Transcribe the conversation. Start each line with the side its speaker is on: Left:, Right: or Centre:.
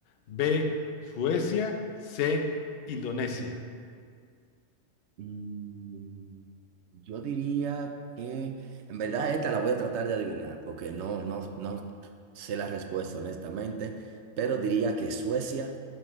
Left: B, Suecia, C, Indonesia.
Right: Mm, Yo diría que, en verdad, esta la voy a tratar de adivinar, porque no, no, no sé la respuesta, honestamente, pero diría que Suecia.